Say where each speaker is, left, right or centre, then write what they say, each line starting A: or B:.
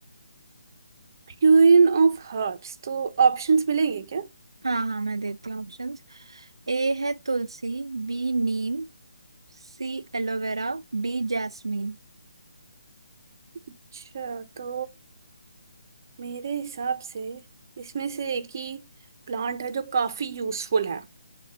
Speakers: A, on the right; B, on the right.
A: यूनियन ऑफ हर्ब्स तो ऑप्शंस मिलेंगे क्या
B: हाँ हाँ मैं देती हूँ ऑप्शंस ए है tulsi B neem C aloe vera D jasmine
A: अच्छा तो मेरे हिसाब से इसमें से एक ही प्लांट है जो काफी यूजफुल है